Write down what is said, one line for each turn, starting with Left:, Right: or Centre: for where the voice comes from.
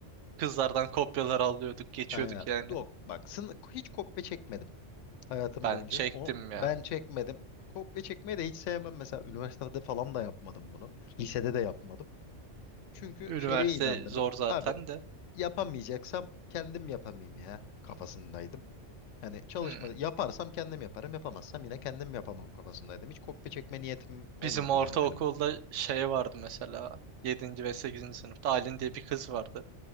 Right: Kızlardan kopyalar alıyorduk. Geçiyorduk
Left: Aynen.
Right: yani.
Left: Yok bak sını hiç kopya çekmedim hayatım
Right: Ben
Left: boyunca.
Right: çektim
Left: O
Right: ya.
Left: ben çekmedim. Kopya çekmeyi de hiç sevmem. Mesela üniversitede falan da yapmadım bunu. Lisede de yapmadım. Çünkü
Right: Üniversite
Left: şeye inandım
Right: zor
Left: hep.
Right: zaten
Left: Abi
Right: de.
Left: yapamayacaksam kendim yapamayayım ya kafasındaydım. Hani çalışma
Right: Hmm.
Left: yaparsam kendim yaparım, yapamazsam yine kendim yapamam kafasındaydım. Hiç kopya çekme niyetim olmadı
Right: Bizim ortaokulda
Left: yani benim.
Right: şey vardı mesela. Yedinci ve sekizinci sınıfta Aylin diye bir kız vardı.